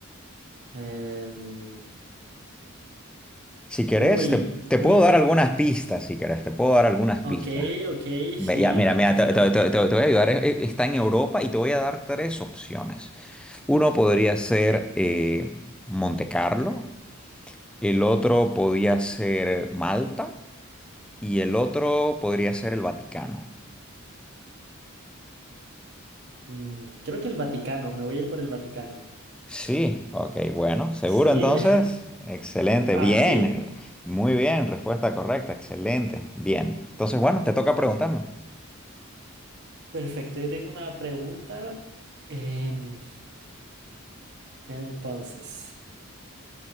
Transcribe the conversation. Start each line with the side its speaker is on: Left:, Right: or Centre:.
Right: Em,
Centre: Si querés,
Right: uy,
Centre: te, te
Right: puede...
Centre: puedo dar algunas pistas, si querés, te puedo dar algunas pistas.
Right: Ok, ok, sí,
Centre: Ve- ya, mira,
Right: una
Centre: mira,
Right: pista.
Centre: te, te- te- te- te voy a ayudar. eh, eh, Está en Europa y te voy a dar tres opciones. Uno podría ser eh, Monte Carlo, el otro podría ser Malta y el otro podría ser el Vaticano.
Right: Mm, creo que el Vaticano, me voy a ir por el Vaticano.
Centre: Sí, ok, bueno, seguro
Right: Sí,
Centre: entonces. Excelente,
Right: <laughs>
Centre: bien,
Right: ah, sí,
Centre: muy bien, respuesta correcta, excelente, bien. Entonces, bueno, te toca preguntarme.
Right: perfecto, yo tengo una pregunta. Em, entonces...